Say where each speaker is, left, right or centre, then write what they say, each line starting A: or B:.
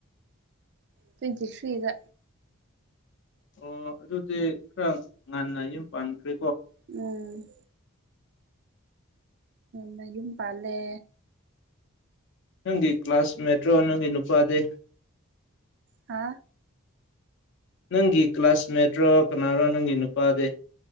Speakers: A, on the right (about 55°); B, on the left (about 55°).
A: ꯆꯖꯤꯁꯔꯤꯒ
B: ꯑꯣ ꯑꯗꯨꯗꯤ ꯈꯔ ꯉꯟꯅ ꯌꯨꯝ ꯄꯥꯟꯈ꯭ꯔꯦ
A: ꯎꯝ ꯅ ꯌꯨꯝ ꯄꯥꯜꯂꯦ
B: ꯅꯪꯒꯤ ꯀ꯭ꯂꯥꯁꯃꯦꯠꯇ꯭ꯔꯣ ꯅꯪꯒꯤ ꯅꯨꯄꯥꯗꯤ
A: ꯍꯥ
B: ꯅꯪꯒꯤ ꯀ꯭ꯂꯥꯁꯃꯦꯠ ꯅꯠꯇ꯭ꯔꯣ ꯀꯅꯥꯅꯣ ꯅꯪꯒꯤ ꯅꯨꯄꯥꯗꯤ